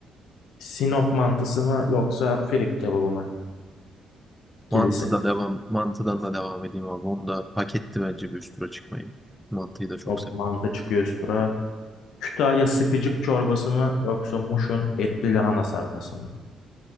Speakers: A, on the left; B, in the centre.
A: Sinop mantısı mı yoksa firik kebabı mı? Kilisi.
B: Mantı da devam. Mantıdan da devam edeyim abi. Onu da hak etti bence bir üstüne çıkmayı. Mantıyı da
A: Sinop
B: çok seviyorum.
A: mantı çıkıyor üst tura. Kütahya sıkıcık çorbası mı yoksa Muş'un etli lahana sarması mı?